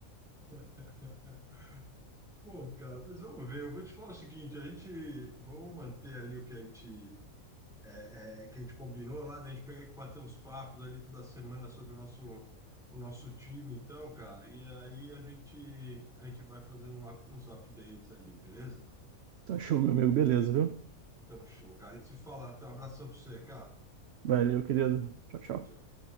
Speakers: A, in the centre; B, on the right.
A: <laughs> Bom, cara, mas vamos ver. Eu vou te falar o seguinte: a gente vamos manter ali o que a gente, é, é, que a gente combinou lá, da gente pegar e bater uns papos ali toda semana sobre o nosso, o nosso time, então, cara. E aí a gente, a gente vai fazendo um up- uns updates ali, beleza?
B: Tá show, meu amigo. Beleza, viu?
A: Então, show, cara. E te falar, então, um abração pra você, cara.
B: Valeu, querido. Tchau, tchau.
A: Tchau.